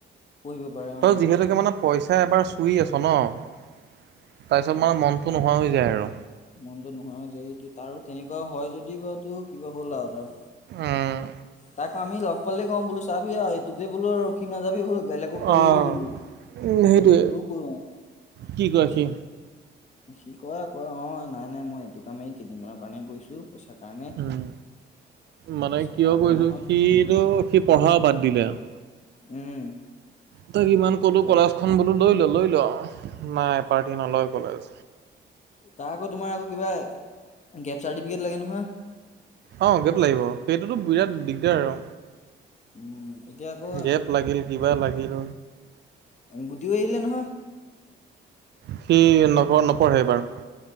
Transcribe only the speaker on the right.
তই যিহেতুকে মানে পইচা এবাৰ চুই আছ ন তাৰপিছত মানে মনটো নোহোৱা হৈ যায় আৰু
আহ
অ',
সেইটোৱে
কি কয়
সি
উম, মানে
কিয়
কৰিছো
সিটো সি পঢ়াও বাদ দিলে আৰু
তাক ইমান ক'লো
কলা খখন বোলো লৈ ল'লো লৈ লোৱা নাই পাৰ্টি নলয় কলেজ
অ গেত লাগিব সেইটোতো বিৰাট দিগদাৰ আৰু
গেপ লাগিল কিবা লাগিল
সি নক নপঢ়েবাৰু